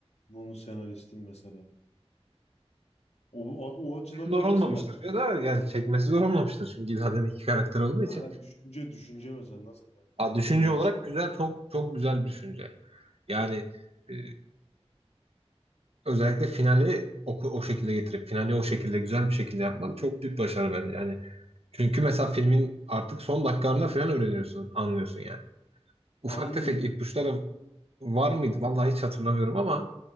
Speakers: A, on the left; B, on the right.
A: bunun senaristin mesela? O, o, o açıdan
B: Zor
A: da baksana
B: olmamıştır
A: bir.
B: ya da yani çekmesi zor olmamıştır çünkü zaten iki karakter olduğu
A: Ha
B: için.
A: düşünce düşünce mesela nasıl geldi?
B: Ha, düşünce
A: Senarist.
B: olarak güzel çok çok güzel bir düşünce. Yani e, özellikle finali o, o şekilde getirip finali o şekilde güzel bir şekilde yapmak çok büyük başarı bence. Yani Çünkü mesela filmin artık son dakikalarında falan öğreniyorsun, anlıyorsun yani. Ufak
A: Aynen.
B: tefek ipuçları var mıydı? Vallahi hiç hatırlamıyorum ama